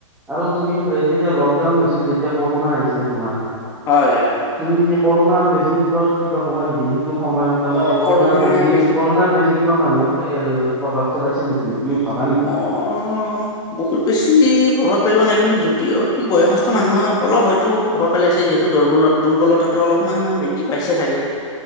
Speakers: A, in the centre; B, on the left.
A: আৰু তুমি তেতিয়া লকডাউন হৈছিল যেতিয়া কৰোণা আহিছিলে তোমাৰ,
B: হয় হয়।
A: তুমি কৰোণাৰ বেজিৰ ওপৰত কিবা ক'বা নেকি সেইটো সময়ত তাৰমানে‌
B: অ
A: কৰণাৰ
B: কৰোণাৰ
A: বেজি কৰোণাৰ, বেজি কিবা মানুহক এ প্ৰভাৱ পেলাইছে নেকি তুমি ভাবা নেকি?
B: অ', বহুত বেছি প্ৰভাৱ পেলোৱা নাই কিন্তু যদি অতি বয়সস্থ মানুহে অলপ হয়তো, তু প্ৰভাব পেলাইছে যিহেতু দুৰ্বলত দুৰ্বলতাটো অলপমান বৃদ্ধি পাইছে চাগৈ।